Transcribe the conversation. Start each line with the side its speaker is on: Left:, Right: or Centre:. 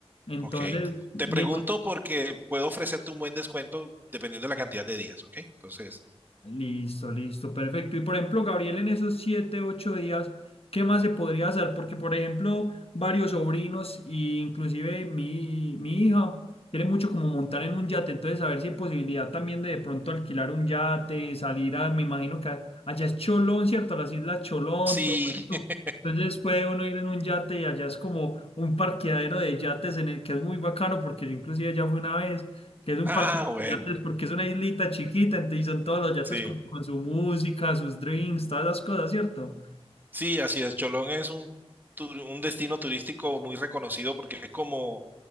Left: Entonces,
Right: ok.
Left: me
Right: Te pregunto porque puedo ofrecerte un buen descuento dependiendo de la cantidad de días, ¿ok? Entonces,
Left: Listo, listo, perfecto. Y por ejemplo, Gabriel, en esos siete, ocho días, ¿qué más se podría hacer? Porque, por ejemplo, varios sobrinos, e inclusive mi, mi hija, quiere mucho como montar en un yate, entonces a ver si hay posibilidad también de de pronto alquilar un yate, salir a, me imagino que a- allá es Cholón, ¿cierto? Las islas Cholón,
Right: sí.
Left: todo eso.
Right: <laughs>
Left: Entonces puede uno ir en un yate y allá es como un parqueadero de yates en el que es muy bacano porque yo inclusive ya fui una vez que es un
Right: Ah,
Left: parque
Right: bueno,
Left: de yates porque es una islita chiquita, entonces son todos los yates
Right: sí.
Left: como con su música, sus drinks, todas las cosas, ¿cierto?
Right: Sí, así es. Cholón es un, tur- un destino turístico muy reconocido porque es como